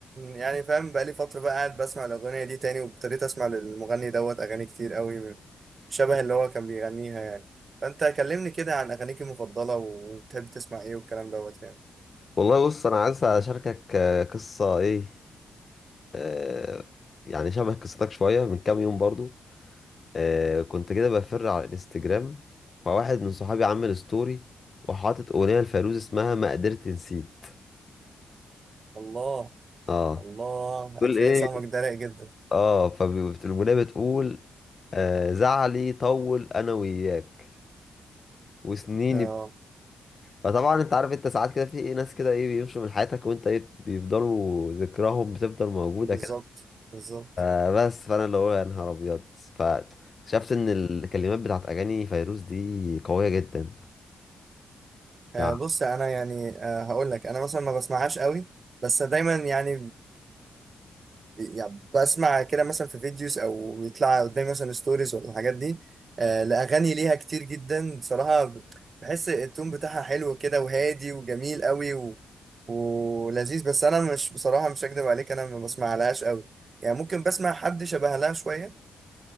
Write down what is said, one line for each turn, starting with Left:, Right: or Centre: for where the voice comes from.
Right: يعني فاهم بقالي فترة بقى قاعد بسمع الأغنية دي تاني وابتديت أسمع للمغني دوت أغاني كتير قوي شبه اللي هو كان بيغنيها يعني فأنت كلمني كده عن أغانيك المفضلة وبتحب تسمع إيه والكلام دوت يعني
Left: والله بص انا عايز اشاركك آه، قصه ايه آه يعني شبه قصتك شويه من كام يوم برضو آه كنت كده بفر على الانستجرام فواحد من صحابي عمل ستوري وحاطط اغنيه لفيروز اسمها ما قدرت نسيت
Right: الله
Left: اه
Right: الله
Left: تقول
Right: هتلاقي
Left: ايه
Right: صاحبك ده رايق جدا
Left: اه فالاغنيه بتقول آه زعلي طول انا وياك وسنيني
Right: اه
Left: ب- فطبعا انت عارف انت ساعات كده في ايه ناس كده ايه بيمشوا من حياتك وانت ايه بيفضلوا ذكراهم بتفضل موجوده
Right: بالظبط بالظبط
Left: فبس فانا اللي هو يا نهار ابيض فاكتشفت ان الكلمات بتاعت اغاني فيروز دي قويه جدا
Right: آه
Left: يعني
Right: بص أنا يعني آه هقول لك أنا مثلا ما بسمعهاش قوي بس دايما يعني يعني بسمع كده مثلا في فيديوز او بيطلع قدامي مثلا ستوريز ولا الحاجات دي آه لاغاني ليها كتير جدا بصراحه ب- بحس التون بتاعها حلو كده وهادي وجميل قوي و... ولذيذ بس انا مش بصراحه مش هكدب عليك انا ما بسمعلهاش قوي يعني ممكن بسمع حد شبه لها شويه